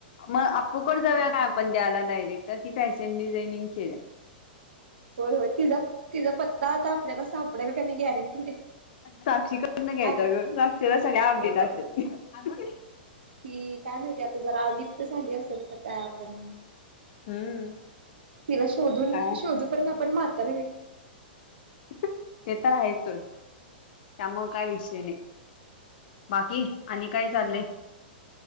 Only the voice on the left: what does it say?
मग आपूकड जाऊया काय आपण द्यायला डायरेक्ट ती फॅशन डिझाईनिंग केल्या
साक्षीकडनं घ्यायचा
ग लाग ह थोड
हम्म
काय
ते तर आहेचच त्यामु काय विषय नाही बाकी आणि काय चाललंय